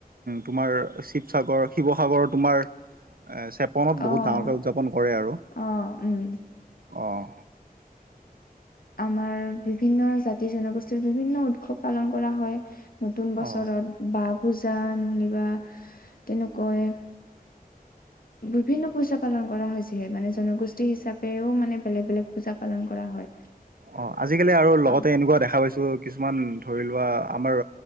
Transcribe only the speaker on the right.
তোমাৰ শিৱসাগৰ শিৱসাগৰ তোমাৰ এ চেপনত বহুত
ডাঙৰকে উদযাপন কৰে আৰু
অঁ।
অ
অঁ আজিকালি আৰু লগতে
এনেকুৱা দেখা পাইছো কিছুমান ধৰি লোৱা আমাৰ